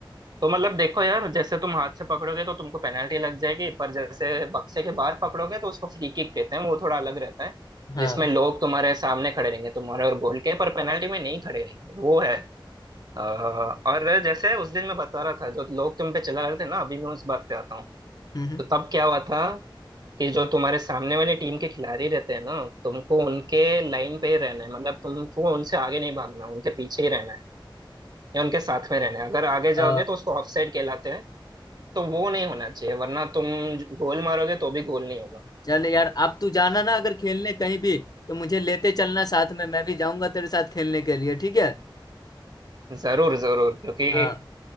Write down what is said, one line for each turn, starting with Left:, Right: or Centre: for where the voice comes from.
Right: तो मतलब देखो यार जैसे तुम हाथ से पकड़ोगे तो तुमको पेनाल्टी लग जाएगी पर जैसे बक्से के बाहर पकड़ोगे तो उसको फ्री किक कहते हैं वो थोड़ा अलग रहता है
Left: हाँ
Right: जिसमें लोग तुम्हारे सामने खड़े रहेंगे तुम्हारे और गोल के पर पेनाल्टी में नहीं खड़े रहेंगे वो है अ, और जैसे उस दिन मैं बता रहा था जो लोग तुम पे चला रहे थे ना अभी मैं उस बात पे आता हूँ
Left: हम्म
Right: तो तब क्या हुआ था कि जो तुम्हारे सामने वाले टीम के खिलाड़ी रहते हैं ना तुमको उनके लाइन पे ही रहना है मतलब तुमको उनसे आगे नहीं भागना उनके पीछे ही रहना है या उनके साथ में रहना है अगर आगे जाओगे
Left: अ,
Right: तो उसको ऑफसाइड कहलाते हैं तो वो नहीं होना चाहिए वरना तुम गोल मारोगे तो भी गोल नहीं होगा
Left: चल यार अब तू जाना ना अगर खेलने कहीं भी तो मुझे लेते चलना साथ में मैं भी जाऊंगा तेरे साथ खेलने के लिए ठीक है
Right: जरूर जरूर क्योंकि
Left: हाँ